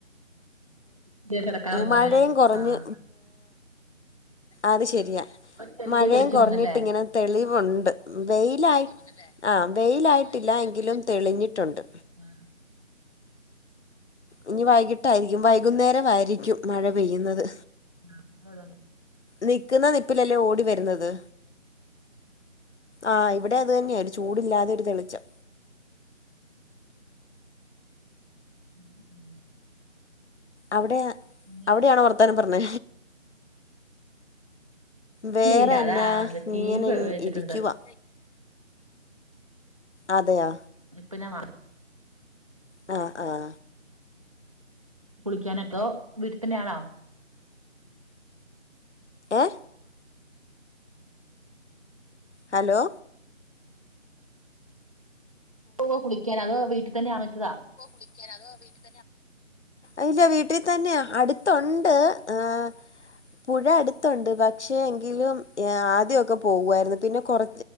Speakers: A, on the right; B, on the left.
A: ഇതേ കിടക്കാനുള്ള സമയല്ലേ
B: മഴയും കുറഞ്ഞ്
A: ആഹ്
B: അത് ശരിയാ
A: ഒരു ചെറിയ
B: മഴയും
A: തെളിച്ചു
B: കുറഞ്ഞിട്ട്
A: പോന്നല്ലേ
B: ഇങ്ങനെ തെളിവുണ്ട് വെയിലായി് ആ വെയിലായിട്ട്. ട്ടില്ല എങ്കിലും തെളിഞ്ഞിട്ടുണ്ട്.
A: ഉം
B: ഇനി വൈകിട്ടായിരിക്കും വൈകുന്നേരം ആയിരിക്കും മഴ പെയ്യുന്നത്.
A: ആഹ അതെതന്നെ
B: നിക്കുന്ന നിപ്പിലല്ലേ ഓടി വരുന്നത്. ആ ഇവിടെ അത് തന്നെയാണ് ഒരു ചൂടില്ലാതെ ഒരു തെളിച്ചം.
A: ഉം ഉം
B: അവിടെ
A: പിന്നെ
B: അവിടെയാണോ വർത്താന പറഞ്ഞ വേറെെന്നാ
A: ഇല്ല ഇല്ല അതാ അത്
B: ഇങ്ങനെ
A: ടി വി വെച്ചിട്ടുണ്ട്
B: ഇരിക്കവാ അതെയ
A: പിന്നെ
B: ആഹ ആഹ
A: കുളിക്കാനൊക്കോ വീട്ട തന്ന ആണോ
B: ഏഹ ഹലോ
A: പോവോ കുളിക്കാൻ അതൊ വീട്ടിൽ തന്നെ അണൊയിച്ചതാ
B: കുളിക്കാ അതോ വീട്ട ഇല്ല വീട്ടിൽ തന്നെ അടുത്തുണ്ട് ഏഹ് പുഴ അടുത്തുണ്ട് പക്ഷെ എങ്കിലും ആദ്യൊക്കെ പോവുവായിരുന്നു പിന്നെ കുറ